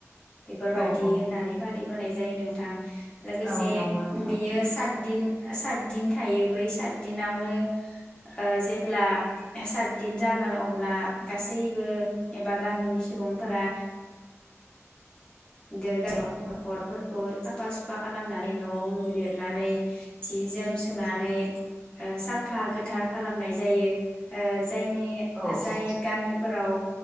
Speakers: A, on the left; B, on the right.
A: बेफोरबायदि
B: औ औ
A: होननानै फालिबोनाय जाय नोंथां लोगोसे
B: औ नंगौ नोंथां
A: बेयो सातदिन सातदिन थायो बै सात दिनावनो ओ जेब्ला सातदिन जागोन अब्ला गासैबो एबा गामिनि सुबुंफोरा <unintelligible> नखरफोरखौ साफा सुफा खालामनानै न' न' लिरनानै जि जोम सुनानै ओ साफा गोथार खालामनाय जायो। ओ जायनि
B: औ
A: जाय
B: औ
A: गामिफोराव